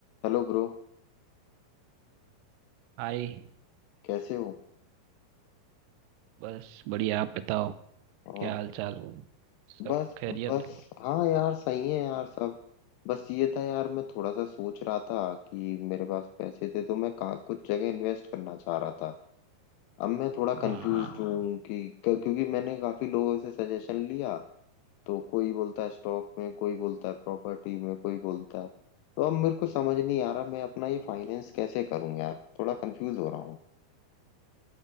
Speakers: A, on the left; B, on the right.
A: Hello bro
B: हाय
A: कैसे हो
B: बस बढ़िया आप बताओ
A: और
B: क्या हाल चाल सब
A: बस
B: खैरियत
A: बस हाँ यार सही है यार सब बस ये था यार मैं थोड़ा सा सोच रहा था कि मेरे पास पैसे थे तो मैं कहाँ कुछ जगह इन्वेस्ट करना चाह रहा था अब मैं थोड़ा कंफ्यूज
B: हाँ हाँ
A: हूँ कि क- क्योंकि मैंने काफी लोगों से सजेशन लिया तो कोई बोलता है स्टॉक में कोई बोलता है प्रॉपर्टी में कोई बोलता है तो अब मेरे को समझ नहीं आ रहा मैं अपना ये फाइनेंस कैसे करूँ यार थोड़ा कंफ्यूज हो रहा हूँ